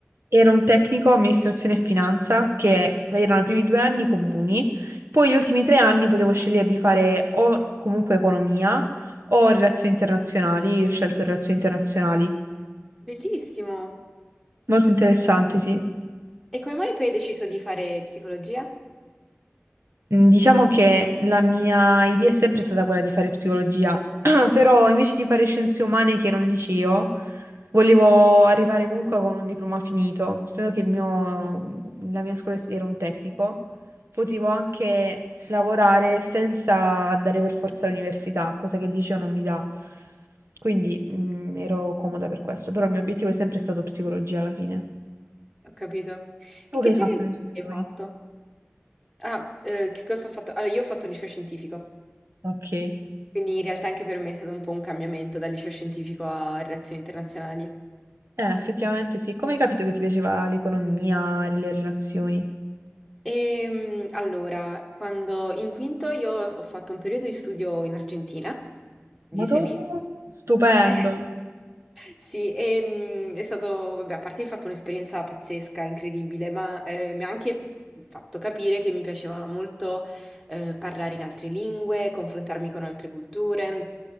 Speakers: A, on the right (about 65°); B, in the centre.
A: era un tecnico amministrazione e finanza che erano i primi due anni comuni, poi gli ultimi tre anni potevo scegliere di fare o comunque economia o relazioni internazionali, io ho scelto relazioni internazionali.
B: Bellissimo.
A: Molto interessante,
B: E,
A: sì.
B: e come mai poi hai deciso di fare psicologia?
A: Mm, Diciamo che la mia idea è sempre stata quella di fare psicologia, <clears throat> però invece di fare scienze umane, che era un liceo, volevo arrivare comunque con un diploma finito, essendo che il mio- la mia scuola era un tecnico, potevo anche lavorare senza andare per forza all'università, cosa che il liceo non mi dà. Quindi, mm, ero comoda per questo, però il mio obiettivo è sempre stato psicologia alla fine.
B: Ho capito. E
A: Tu
B: che
A: che hai
B: genere
A: fatto
B: di
A: le superiori?
B: hai fatto? Ah, eh, che cosa ho fatto? Allora, io ho fatto il liceo scientifico,
A: Ok.
B: quindi in realtà anche per me è stato un po' un cambiamento dal liceo scientifico a relazioni internazionali.
A: Eh, effettivamente sì. Come hai capito che ti piaceva l'economia, le relazioni?
B: Ehm, allora, quando in quinto io ho fatto un periodo di studio in Argentina di
A: Ma
B: sei
A: tu?
B: mesi.
A: Stupendo.
B: <laughs> Sì, e, mh, è stato, vabbè, a parte il fatto un'esperienza pazzesca, incredibile, ma eh, mi ha anche fatto capire che mi piaceva molto eh, parlare in altre lingue, confrontarmi con altre culture